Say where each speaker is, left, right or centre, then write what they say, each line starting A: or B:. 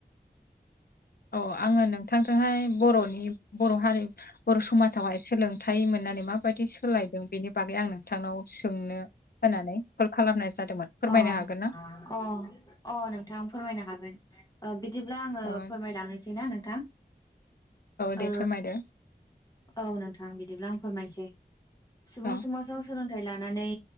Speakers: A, on the left; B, on the left.
A: औ आङो नोंथांजोंहाय बर'नि बर' हारि बर' समाजावहाय सोलोंथाइ मोननानै माबायदि सोलायदों बेनि बागै आं नोंथांनाव सोंनो होननानै कल खालामनाय जादोंमोन फोरमायनो
B: अ
A: हागोन ना
B: अ अ नोंथां फोरमायनो हागोन <unintelligible> बिदिब्ला आङो
A: औ
B: फोरमायलांनोसै ना नोंथां।
A: दे
B: औ
A: फोरमायदो
B: औ नोंथां बिदिब्ला आं फोरमायसै। सुबुं
A: औ
B: समाजाव सोलोंथाइ लानानै